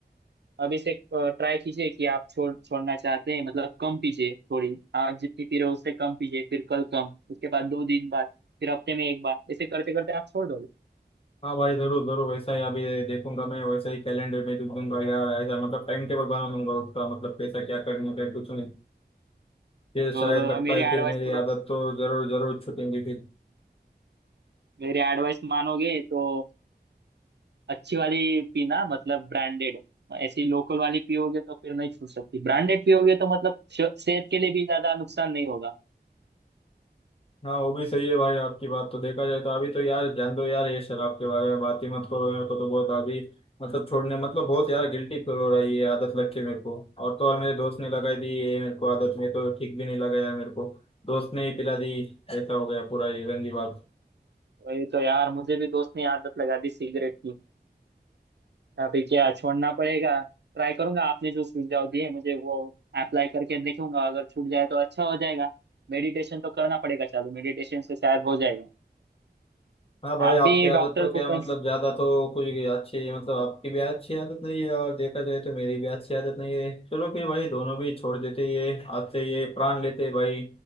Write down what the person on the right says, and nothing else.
अभी से ट्राई कीजिए कि आप छोड़ छोड़ना चाहते हैं मतलब कम पीजिए थोड़ी आज जितनी पी रहे हो उससे कम पीजिए फिर कल कम उसके बाद दो दिन बाद फिर हफ्ते में एक बार ऐसे करते करते आप छोड़ दोगे
और
अ,
मेरी
एडवाइस
तो
मेरी एडवाइस मानोगे तो अच्छी वाली पीना मतलब ब्रांडेड ऐसी लोकल वाली पियोगे तो फिर नहीं छूट सकती ब्रांडेड पियोगे तो मतलब श- सेहत के लिए भी ज्यादा नुकसान नहीं होगा
वही तो यार मुझे भी दोस्त ने आदत लगा दी सिगरेट की अभी क्या छोड़ना पड़ेगा ट्राई करूंगा आपने जो सुझाव दिए मुझे वो अप्लाई करके देखूंगा अगर छूट जाए तो अच्छा हो जाएगा मेडिटेशन तो करना पड़ेगा चालू मेडिटेशन से शायद हो जाएगा
आप
भी
डॉक्टर
को
कंस-